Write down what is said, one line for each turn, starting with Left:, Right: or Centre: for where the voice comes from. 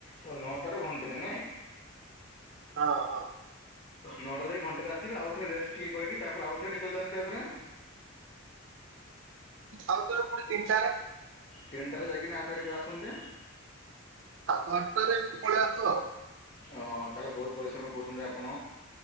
Left: ତ ନଅଟାରୁ ଘଣ୍ଟାଟେ ନାଇ?
Right: ହଁ। ହଁ
Left: ନଅଟାରେ ଯାଇକି ଘଣ୍ଟାରେ ଆସିବେ ଆଉଥରେ ରେଷ୍ଟ ଟିକେ କରିକି, ତାପରେ ଆଉଥରେ କେତେବେଳେ ଯାଆନ୍ତି ଆଉଥରେ?
Right: ଆଉ ଥରେ ପୁଣି ତିନି ଚାର।
Left: ତିନଟାରେ ଯାଇକିନା ଆଉ ଥରେ କେତେବେଳେ ଆସନ୍ତେ?
Right: ସାତ ଆଠଟାରେ ଏଇଠି କି ପଳେଇ ଆସ ଆଉ।
Left: ହଁ ହଁ ତା ହେଲେ ବହୁତ ପରିଶ୍ରମ କରୁଛନ୍ତି ଆପଣ,